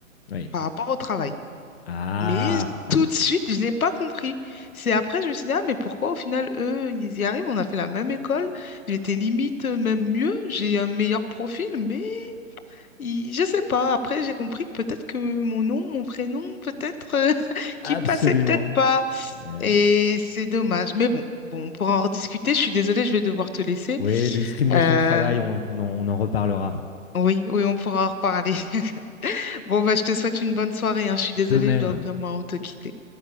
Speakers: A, on the left (about 45°); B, on the left (about 80°).
A: oui.
B: par rapport au travail
A: Ah,
B: mais
A: <laughs>
B: tout de suite je l'ai pas compris c'est après je me suis dit ah mais pourquoi au final eux ils y arrivent on a fait la même école j'étais limite euh, même mieux j'ai un meilleur profil mais il- Je sais pas. Après, j'ai compris que peut-être que mon nom, mon prénom, peut-être euh, <laughs>
A: absolument.
B: qui passait peut-être pas.
A: Eh
B: Et
A: oui.
B: c'est dommage. Mais bon, bon, on pourra en rediscuter. Je suis désolée, je vais devoir te laisser.
A: Oui, les discriminations
B: Euh,
A: au travail, on, on en, on en reparlera.
B: oui, oui, on pourra en reparler. <laughs> Bon, bah, je te souhaite une bonne soirée, hein. Je suis désolée,
A: De même.
B: je dois vraiment te quitter.